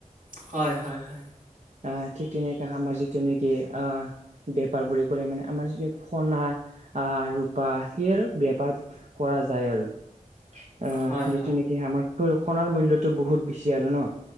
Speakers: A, on the right; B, on the right.
A: হয় হয় হয়।
B: আহ ঠিক তেনেকা আমাৰ যিটো নেকি আহ বেপাৰ বুলি কৰে মানে আমাৰ যিটো নেকি সোণা। আহ ৰূপা সেই আৰু বেপাৰ। কৰা যায় আৰু আহ
A: হয়,
B: যিটো নেকি আমাৰ। ৰূপ, সোণাৰ মূল্যতটো বহুত বেছি আৰু ন।